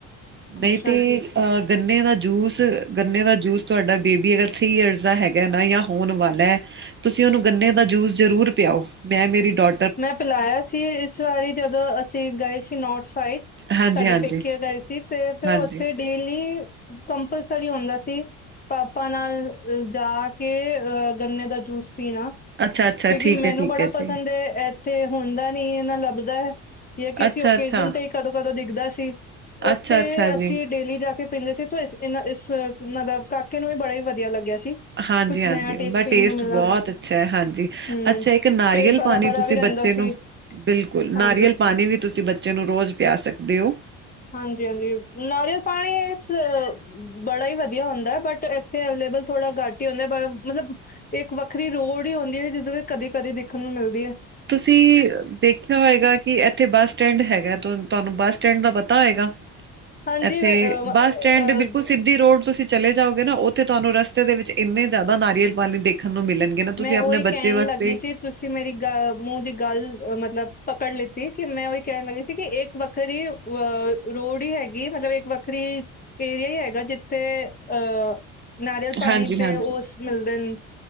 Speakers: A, on the right; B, on the left.
A: ਨਈਂ
B: ਅੱਛਾ
A: ਤੇ
B: ਜੀ।
A: ਅਹ ਗੰਨੇ ਦਾ ਜੂਸ, ਗੰਨੇ ਦਾ ਜੂਸ ਤੁਹਾਡਾ ਬੇਬੀ ਅਗਰ ਥ੍ਰੀ ਈਅਰਸ ਦਾ ਹੈਗਾ ਨਾ, ਜਾਂ ਹੋਣ ਵਾਲਾ ਤੇ ਤੁਸੀਂ ਓਨੂੰ ਗੰਨੇ ਦਾ ਜੂਸ ਜਰੂਰ ਪਿਆਓ, ਮੈਂ ਮੇਰੀ ਡੋ
B: ਮੈਂ ਪਿਲਾਇਆ ਸੀ। ਇਸ ਵਾਰੀ ਜਦੋਂ ਅਸੀਂ ਗਏ ਸੀ, ਨੌਰਥ ਸਾਈਡ,
A: ਹਾਂਜੀ
B: ਸਾਡੇ
A: ਹਾਂਜੀ
B: ਪੇਕੇ ਗਏ ਸੀ, ਤੇ ਫੇਰ
A: ਹਾਂਜੀ
B: ਉੱਥੇ ਡੇਲੀ ਕੰਪਲਸਰੀ ਹੁੰਦਾ ਸੀ। ਪਾਪਾ ਨਾਲ ਅ ਜਾ ਕੇ ਅ ਗੰਨੇ ਦਾ ਜੂਸ ਪੀਣਾ।
A: ਅੱਛਾ ਅੱਛਾ
B: ਕਿਉਂਕਿ
A: ਠੀਕ
B: ਮੈਨੂੰ
A: ਹੈ ਠੀਕ
B: ਬੜਾ
A: ਹੈ ਜੀ
B: ਪਸੰਦ ਐ। ਏਥੇ ਹੋਂਦਾ ਨੀ ਏ, ਨਾ ਲੱਭਦਾ ਜਾਂ ਕਿਸੇ
A: ਅੱਛਾ
B: ਓਕੇਜਨ
A: ਅੱਛਾ
B: ਤੇ ਈ ਕਦੋਂ-ਕਦੋਂ ਦਿਖਦਾ ਸੀ! ਓਥੇ
A: ਅੱਛਾ ਅੱਛਾ ਜੀ
B: ਅਸੀਂ ਡੇਲੀ ਜਾ ਕੇ ਪੀਂਦੇ ਸੀ, ਤੋਂ ਇਸ ਇਨਾਂ ਇਸ ਮਤਲਬ ਕਾਕੇ ਨੂੰ ਵੀ ਬੜਾ ਈ ਵਧੀਆ ਲੱਗਿਆ ਸੀ।
A: ਹਾਂਜੀ-ਹਾਂਜੀ,
B: ਕੁਛ ਨਇਆ
A: ਉਂਦਾ
B: ਪੀਣ
A: ਟੇਸਟ
B: ਨੂੰ ਮਿਲਾ
A: ਬੌਤ ਅੱਛਾ ਐ ਹਾਂਜੀ,
B: ਹੂੰ,
A: ਅੱਛਾ ਇੱਕ ਨਾਰੀਅਲ
B: ਪੇਟ ਭਰਾ-ਭਰਾ
A: ਪਾਣੀ ਤੁਸੀਂ
B: ਵੀ ਰਹਿੰਦਾ
A: ਬੱਚੇ ਨੂੰ
B: ਸੀ
A: ਬਿਲਕੁਲ,
B: ਹਾਂਜੀ।
A: ਨਾਰੀਅਲ ਪਾਣੀ ਵੀ ਤੁਸੀਂ ਬੱਚੇ ਨੂੰ ਰੋਜ਼ ਪਿਆ ਸਕਦੇ ਓ।
B: ਹਾਂਜੀ-ਹਾਂਜੀ, ਨਾਰੀਅਲ ਪਾਣੀ ਗਰਮੀਆਂ 'ਚ ਬੜਾ ਈ ਵਧੀਆ ਹੁੰਦਾ, ਬਟ ਇੱਥੇ ਅਵਲੇਬਲ ਥੋੜਾ ਘੱਟ ਈ ਹੋਂਦਾ, ਬ ਮਤਲਬ ਏਕ ਵੱਖਰੀ ਰੋਡ ਈ ਹੋਂਦੀ ਏ, ਜਿਦੋਂ ਏ ਕਦੀ-ਕਦੀ ਦੇਖਣ ਨੂੰ ਮਿਲਦੀ ਐ।
A: ਤੁਸੀਂ ਦੇਖਿਆ ਹੋਏਗਾ ਕਿ ਇੱਥੇ ਬੱਸ ਸਟੈਂਡ ਹੈਗਾ, ਤੁ ਤੁਹਾਨੂੰ ਬੱਸ ਸਟੈਂਡ ਦਾ ਪਤਾ ਹੋਏਗਾ?
B: ਹਾਂਜੀ
A: ਏਥੇ
B: ਮੈਂ ਅ
A: ਬਾਸ ਸਟੈਂਡ
B: ਅ
A: ਦੇ ਬਿਲਕੁਲ ਸਿੱਧੀ ਰੋਡ ਤੁਸੀਂ ਚਲੇ ਜਾਓਗੇ ਨਾ, ਉੱਥੇ ਤੁਹਾਨੂੰ ਰਸਤੇ ਦੇ ਵਿੱਚ ਇੰਨੇ ਜ਼ਿਆਦਾ ਨਾਰੀਅਲ ਪਾਣੀ ਦੇਖਣ ਨੂੰ ਮਿਲਣ ਗੇਣਾ
B: ਮੈਂ
A: ਤੁਸੀਂ
B: ਉਹੀ
A: ਆਪਣੇ
B: ਕਹਿਣ
A: ਬੱਚੇ ਵਾਸਤੇ
B: ਲੱਗੀ ਸੀ ਤੁਸੀਂ ਮੇਰੀ ਗ ਮੂੰਹ ਦੀ ਗੱਲ ਮਤਲਬ ਪਕੜ ਲਿੱਤੀ ਕਿ ਮੈਂ ਓਈ ਕਹਿਣ ਲਗੀ ਸੀ, ਕਿ ਏਕ ਵੱਖਰੀ ਅ ਰੋਡ ਈ ਹੈਗੀ ਏ, ਮਤਲਬ ਏਕ ਵੱਖਰੀ ਏਰੀਆ ਈ ਹੈਗਾ, ਜਿੱਥੇ ਅਹ ਨਾਰੀਅਲ
A: ਹਾਂਜੀ-ਹਾਂਜੀ-ਹਾਂਜੀ,
B: ਪਾਣੀ ਦੇ ਓਸ ਮਿਲਦੇ ਨੇ।